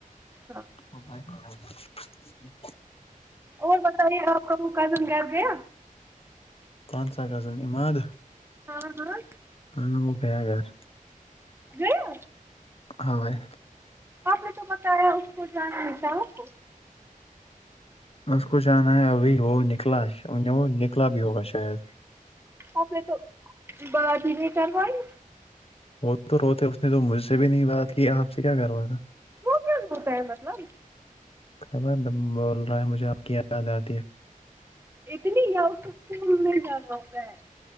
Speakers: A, on the right; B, on the left.
A: ہاں
B: ا بائی <unintelligible>
A: اور بتائیے آپ کا <inaudible> قدم گ گیا
B: کونسا غزل عماد
A: ہاں ہاں
B: <unintelligible>
A: گیا
B: ہاں ہے
A: آپ نے تو بتایا اس کو جاننے چاہو کو
B: اس کو جانا ہے ابھی وہ نکلا وہ نکلا بھی ہوگا شاید
A: آپ نے تو بات ہی نہیں کروائی
B: وہ تو روتے اس نے تو مجھ سے بھی نہیں بات کی آپ سے کیا کرواتا
A: وہ کیوں روتا ہے مطلب
B: خبر بول رہا ہے مجھے آپ کی یاد آتی ہے
A: اتنی یا <unintelligible> سے گومنے جانا ہوتا ہے